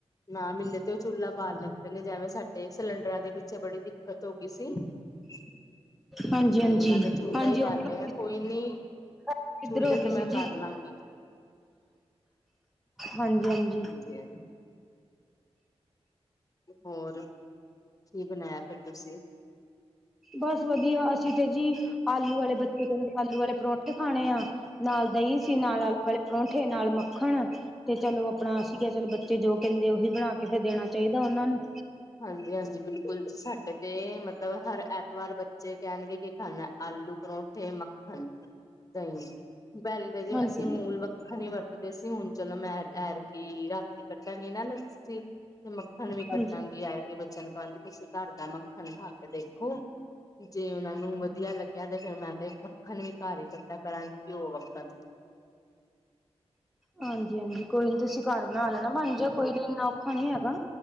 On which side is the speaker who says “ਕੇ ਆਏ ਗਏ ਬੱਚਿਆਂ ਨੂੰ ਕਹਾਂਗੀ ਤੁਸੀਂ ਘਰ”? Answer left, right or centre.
Left